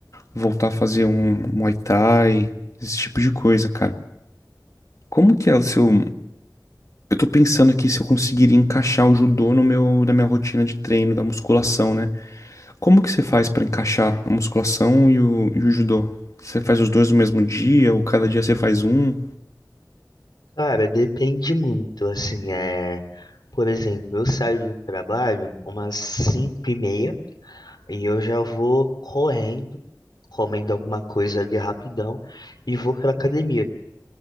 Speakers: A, on the left; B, on the left.
A: voltar a fazer um Muay Thai, esse tipo de coisa, cara. Como que é o seu Eu tô pensando aqui se eu conseguiria encaixar o judô no meu, na minha rotina de treino, da musculação, né? Como que você faz pra encaixar a musculação e o, e o judô? Você faz os dois no mesmo dia, ou cada dia você faz um?
B: Cara, depende muito, assim, é... Por exemplo, eu saio do trabalho umas cinco e meia e eu já vou correndo, comendo alguma coisa ali rapidão e vou pra academia.